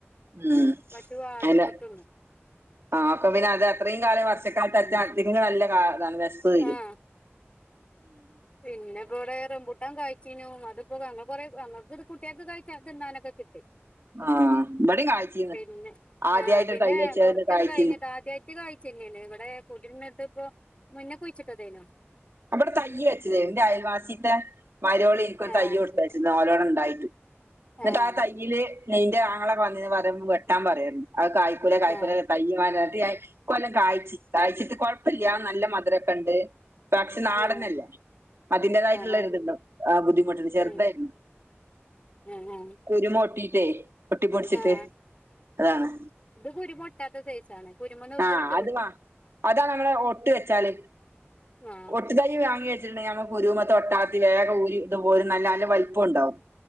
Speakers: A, on the right; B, on the left.
A: ഉം <unintelligible>
B: പശു ആടൊക്കെ തിന്നും
A: ആഹ ആയൊക്കെ പിന്നെ അത് അത്രയും കാലം വർഷക്കാലത്ത് <unintelligible>
B: ഉം
A: <unintelligible> ബസ്സ്‌ വരും.
B: ആഹ് പിന്നെ ഇപ്പോ ഇവിടെ റംബൂട്ടാ കഴചീനൂ അതിപ്പോ ഞങ്ങൾ <unintelligible> കുട്ടികൾക്ക്കഴിക്കാ തിന്നാനൊക്കെ കിട്ടി
A: ആഹ് ഇബടിം കായ്ച്ചീന്ന്
B: പിന്നെ
A: ആദ്യായിട്ട്
B: ആ പിന്നെ
A: തൈ വെച്ചത്
B: കൊർച്ച്ണ്ട്
A: കായ്ച്ചീന്ന്
B: കഴിഞ്ട്ട് ആദ്യായിട്ട് കായ് ചിന്നന്ന ഇവിടെ കൂട്ടരിന്നിടുത്ത് ഇപ്പോമുന്നേകുഴിച്ചിട്ടതേനു
A: അവിടെ തയ്യ് വെച്ചതെ അയൽവാസീന്റെ മരോളി എനക്ക്
B: ആഹ്
A: തയ്യ് കൊടുത്ത വച്ചത് ഓലോട ഉണ്ടായിട്ട് എന്നിട്ട്
B: ആഹ്
A: ആ തയ്യില് നയിന്റെ ആങ്ങളൊക്കെ വന്നിന്ന് പറയും വെട്ടാൻ പറയും ആ കായക്കൂല കായക്കുല
B: ആഹ്
A: തയ്യമാലാ കൊല്ലം കായ്ച്ച് കായ്ച്ച്ട്ട് കൊഴപ്പല്ല നല്ല മധുരംക്കെണ്ട് തക്ഷി ന്നാടനല്ലെ
B: ആഹ്
A: അതിന്റെതായിട്ടുള്ളോരിത്ണ്ടാവും
B: ആഹ് ആഹ്
A: ആ ബുദ്ധിമുട്ട് ചെറുതായിരുന്നു
B: ഉം ആഹ് ആഹ്
A: കുരുമൊട്ടിട്ടേ ഒട്ടിപ്പൊടിച്ചിട്ട്
B: ആഹ്
A: അതാണ്
B: ഇത് കുരുമൊട്ടാത്ത സൈസാണ് കുരുമന്ന് വേറ്ട്ട്
A: ആഹ് അത്
B: കിട്ടും
A: വാ അതാ നമ്മളെ ഒട്ട് വെച്ചാല്
B: ആഹ്
A: ഒട്ടുതയ്യി വാങ്ങിവെച്ചിട്ട്ണ്ട് ഞങ്ങ കുരൂമതൊട്ടാത്തി വേഗം ഊരി ഇതുപോലെ ന്നല്ല ന്നല്ല വലുപ്പോം ഉണ്ടാവും